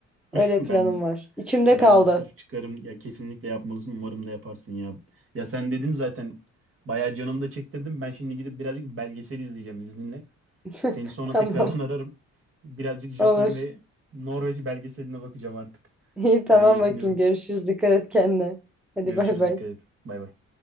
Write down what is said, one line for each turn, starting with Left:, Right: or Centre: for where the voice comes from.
Right: <laughs>
Centre: Öyle
Right: Ben
Centre: planım var. İçimde
Right: ben
Centre: kaldı.
Right: de sırf çıkarım ya kesinlikle yapmalısın. Umarım da yaparsın ya. Ya sen dedin zaten bayağı canımda çektirdim. Ben şimdi gidip birazcık belgesel izleyeceğim izninle.
Centre: <laughs>
Right: Seni sonra
Centre: Tamam.
Right: tekrardan <laughs> ararım. Birazcık Japon
Centre: Olur.
Right: ve Norveç belgeseline bakacağım artık.
Centre: İyi tamam
Right: Öyle yetiniyorum.
Centre: bakayım. Görüşürüz. Dikkat et kendine. Hadi
Right: Görüşürüz.
Centre: bay bay.
Right: Dikkat et. Bay bay.